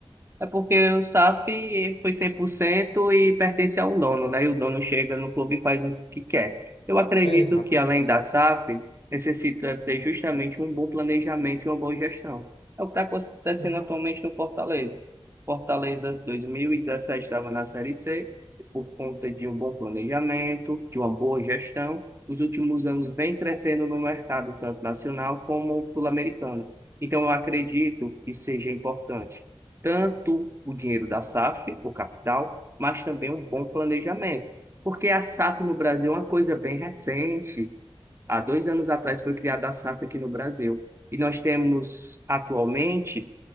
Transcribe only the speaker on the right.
É porque o SAF foi 100% e pertence ao dono, né? E o dono chega no clube e faz o que quer. Eu acredito
que, além da SAF, necessita ter justamente um bom planejamento e uma boa gestão. É o que está acontecendo
atualmente no Fortaleza. Fortaleza 2017 estava na Série C, e por conta de um bom planejamento, de uma boa gestão. Nos últimos anos vem crescendo no mercado, tanto nacional como sul-americano. Então, eu acredito que seja importante tanto o dinheiro da SAF, o capital, mas também um bom planejamento. Porque a SAF no Brasil é uma coisa bem recente. Há dois anos atrás foi criada a SAF aqui no Brasil. E nós temos atualmente